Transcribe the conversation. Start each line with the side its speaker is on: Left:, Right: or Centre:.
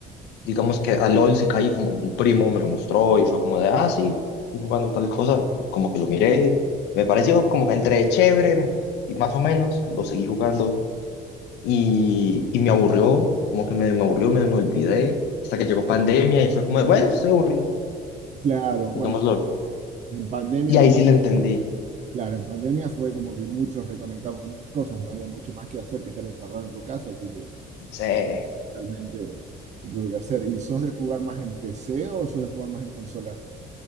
Left: digamos que a LOL sí caí como un primo me lo mostró y fue como de, ah, sí, estoy jugando tal cosa, como que lo miré, me pareció como que entre chévere y más o menos, lo seguí jugando y, y me aburrió, como que me, me aburrió, me, me olvidé, hasta que llegó pandemia y fue como de, bueno, estoy aburrido,
Right: Claro, bueno,
Left: juguemos LOL.
Right: en pandemia
Left: Y ahí
Right: lo mi-
Left: sí le entendí,
Right: Claro, en pandemia fue como que muchos reconectamos con esas cosas, no había mucho más que hacer que estar encerrado en tu casa, así que
Left: sí,
Right: realmente se tuvo que hacer. ¿Y sos de jugar más en PC o sos de jugar más en consola?